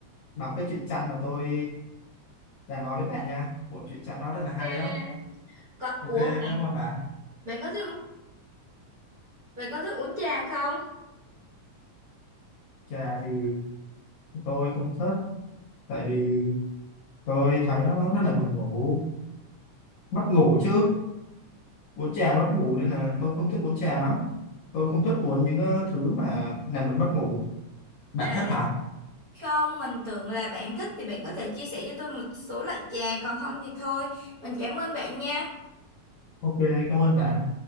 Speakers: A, on the left; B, on the right.
A: đọc cái truyện tranh mà tôi đã nói với bạn nha bộ truyện tranh đó rất là hay
B: Ok.
A: đó
B: Có,
A: ok
B: ủa bạn,
A: cảm ơn bạn
B: bạn có thích uống- bạn có thích uống trà không?
A: trà thì tôi không thích tại vì tôi thấy nó rất là buồn ngủ mất ngủ chứ uống trà mất ngủ nên là tôi không thích uống trà lắm tôi không thích uống những ờ, thứ mà làm mình mất ngủ bạn
B: À,
A: thích hả
B: Không, mình tưởng là bạn thích thì bạn có thể chia sẻ cho tôi một số loại trà, còn không thì thôi. Mình cảm ơn bạn nha.
A: ok cảm ơn bạn